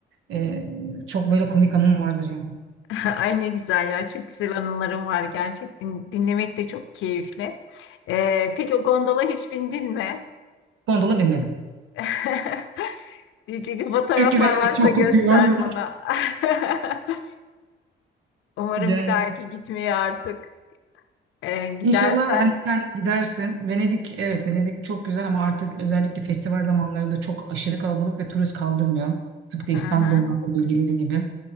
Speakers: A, on the right; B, on the left.
A: E, çok böyle komik anım vardır yani.
B: <laughs> Ay ne güzel ya. Çok güzel anılarım var gerçekten. Dinlemek de çok keyifli. Ee, peki o gondola hiç bindin mi?
A: Gondola binmedim.
B: <laughs> Diyecektim fotoğraflar
A: Çünkü Venedik
B: varsa
A: çok
B: göster
A: kokuyor o yüzden.
B: bana.
A: <laughs>
B: <laughs> Umarım
A: Yani
B: bir dahaki gitmeye artık e, gidersen.
A: İnşallah hani sen gidersin. Venedik evet Venedik çok güzel ama artık özellikle festival zamanlarında çok aşırı kalabalık ve turist kaldırmıyor. Tıpkı
B: Hı
A: İstanbul'un
B: hı.
A: bazı bölgeleri gibi.